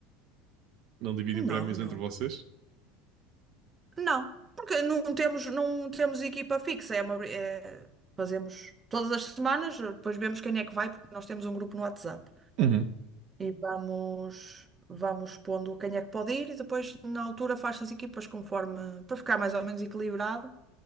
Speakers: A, on the right (about 60°); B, on the right (about 25°).
A: não dividem
B: Não,
A: prémios
B: não,
A: entre vocês?
B: não, porque não temos, não temos equipa fixa, é uma, é- fazemos todas as semanas, eh, depois vemos quem é que vai, porque nós temos um grupo no WhatsApp.
A: Uhum,
B: e vamos, vamos pondo quem é que pode ir e depois na altura faz-se as equipas conforme, para ficar mais ou menos equilibrado,